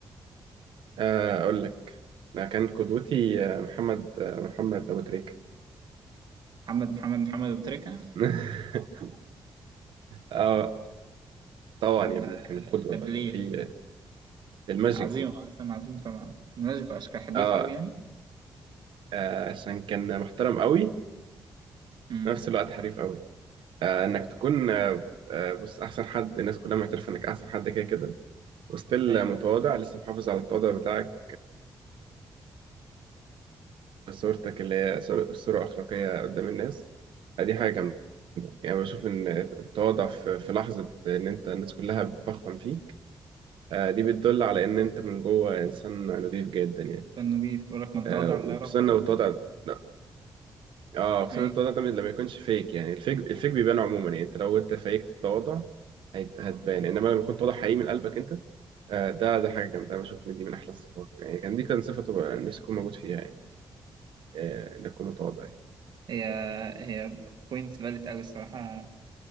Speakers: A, on the right (about 85°); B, on the right (about 65°).
A: آه، أقول لك أنا كان قدوتي آه، محمد آه، محمد أبو تريكة
B: محمد محمد محمد ابو تريكه
A: <laughs> آه طبعا
B: طب
A: يا ابني كان القدوة
B: طب
A: طبعا
B: ليه
A: في آه، الماجيك
B: عظيم
A: هو.
B: اصلا عظيم طبعا ماشي اشكال حريف
A: آه
B: قوي يعني
A: آه، عشان كان محترم قوي
B: امم
A: في نفس الوقت حريف قوي آه إنك تكون آه آه، بص أحسن حد الناس كلها معترفة إنك أحسن حد كده كده وستيل
B: ايوه
A: متواضع لسه محافظ على التواضع بتاعك وصورتك اللي هي صورة صورة أخلاقية قدام الناس آه، دي حاجة جامدة يعني بشوف إن التواضع في في لحظة إن أنت الناس كلها بتفخم فيك آه، دي بتدل على إن أنت من جوه إنسان نضيف جدا يعني
B: فانه بي بيقول لك من
A: آه،
B: تواضع
A: وخصوصا
B: لله رفعه
A: لو التواضع لا، اه خصوصا
B: ايوه
A: التواضع ده لما يكونش فيك يعني الفيك الفيك بيبان عموما يعني أنت لو أنت فيكت التواضع هيت- هتبان إنما لما يكون تواضع حقيقي من قلبك أنت آه، ده ده حاجة جامدة أنا بشوف إن دي من أحلى الصفات يعني كان دي كان صفة تبقى نفسي أكون موجود فيها يعني آه، إن أكون متواضع يعني
B: هي هي بوينت فاليد قوي الصراحه